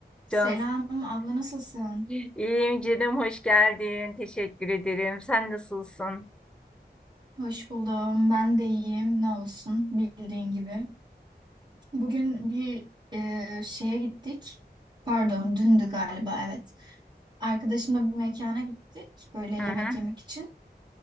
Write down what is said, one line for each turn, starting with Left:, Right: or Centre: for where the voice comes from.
Right: Selam
Centre: Cansu.
Right: abla nasılsın?
Centre: İyiyim canım, hoş geldin. Teşekkür ederim. Sen nasılsın?
Right: Hoş buldum. Ben de iyiyim. Ne olsun bildiğin gibi. Bugün bir e, şeye gittik. Pardon, dündü galiba evet. Arkadaşımla bir mekana gittik böyle yemek
Centre: Hı hı,
Right: yemek için.